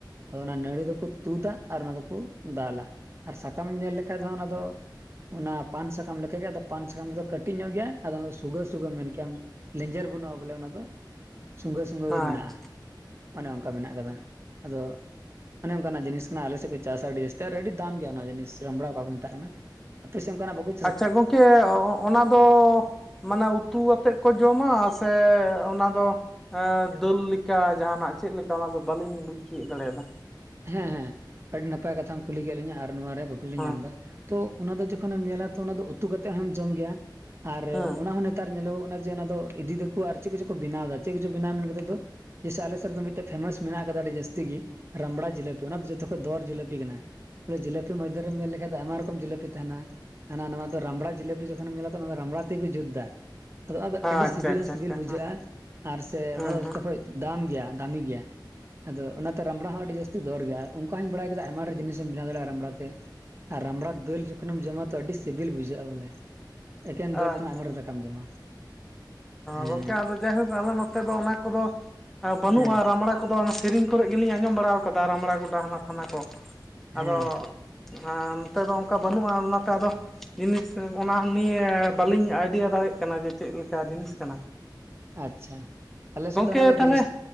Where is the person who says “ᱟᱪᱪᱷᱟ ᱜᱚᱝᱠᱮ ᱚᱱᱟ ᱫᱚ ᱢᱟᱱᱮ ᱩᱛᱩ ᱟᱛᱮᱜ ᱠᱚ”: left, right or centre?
Centre